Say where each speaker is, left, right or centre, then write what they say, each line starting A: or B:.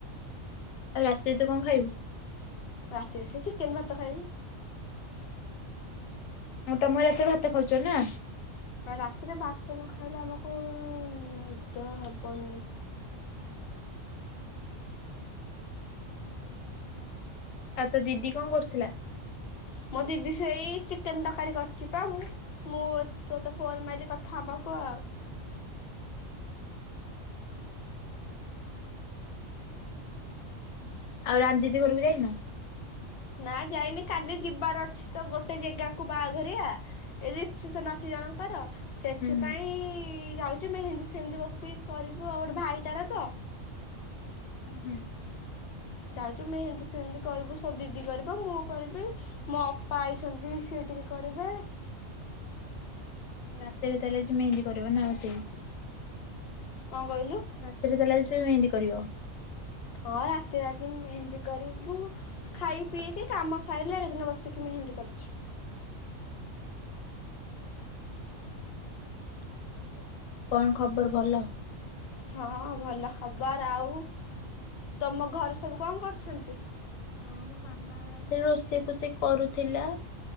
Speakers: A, on the left; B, on the left.
A: ଆଉ ରାତିରେ ତୁ କଣ ଖାଇବୁ?
B: ରାତିରେ ସେ ଚିକେନ ଭାତ ଖାଇବି।
A: ଆଉ ତମର ଏତେ ଭା ତ ଖାଉଚ ନା।
B: ଆଉ ରାତିରେ ଭାତ ନ ଖାଇଲେ ଆମକୁ ନିଦ ହବନି।
A: ଆଉ ତ ଦିଦି କଣ କରୁଥିଲା?
B: ମୋ ଦିଦି ସେଇ ଚିକେନ ତରକାରୀ କରିଛି ପା ମୁଁ ମୁଁ ତୋତେ ଫୋନ ମାଇଲି କଥା ହବାକୁ ଆଉ
A: ଆଉ ରାନ୍ ଦିଦି ଘରକୁ ଯାଇନ?
B: ନା ଯାଇନି କାଲି ଯିବାର ଅଛି ତ ଗୋଟେ ଜେଗାକୁ ବାହାଘରିଆ। <unintelligible> ଅଛି ଜଣଙ୍କର ସେଥିପାଇଁ
A: ହୁଁ ହୁଁ
B: ଯାଉଛି ମେହେନ୍ଦୀ ଫେହନ୍ଦି ବସିିକି କରିବୁ ଆଉ ଗୋଟେ ଭାଇତାର ତ।
A: ହୁଁ ହୁଁ।
B: ଯାଉଚୁ ମେହେନ୍ଦି ଫେହେନ୍ଦି କରିବୁ ସ ଦିଦି କରିବ ମୁଁ କରିବି ମୋ ଅପା ଆଇସନ୍ତି ସିଏ ଟିକେ କରିବେ
A: ରାତିରେ ତାହେଲେ ଆଜି ମେହେନ୍ଦି କରିବ ନା ବସିକି।
B: କଣ କହିଲୁ?
A: ରାତିରେ ତାହେଲେ ଆଜି <unintelligible> ମେହେନ୍ଦି କରିବ
B: ହଁ ରାତିରେ ଆଜି ମେହେନ୍ଦି କରିବୁ। ଖାଇ ପିଇକି କାମ ସାଇଲେ <unintelligible> ବସିକି ମେହେନ୍ଦୀ କରୁଛି।
A: ହୁଁ ହୁଁ।
B: <inaudible>
A: କଣ ଖବର ଭଲ?
B: ହଁ ଭଲ ଖବର ଆଉ ତମ ଘରେ ସବୁ କଣ କରୁଛନ୍ତି?
A: ହଁ ମୋ ମାମା ସେ ରୋଷେଇ ଫୋଷେଇ କରୁଥିଲା